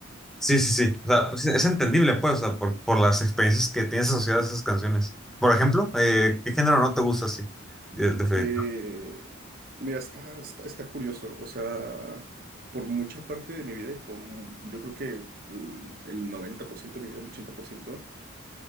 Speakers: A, in the centre; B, on the right.
A: Sí, sí, sí, o sea, pues, es entendible pues, o sea, por, por las experiencias que tienes asociadas a esas canciones. Por ejemplo, eh, ¿qué género no te gusta así? De- definitivo.
B: Eh, mira, está, está, está curioso, o sea, por mucha parte de mi vida y por, mu- yo creo que el, el 90% de mi vida, el ochenta por ciento.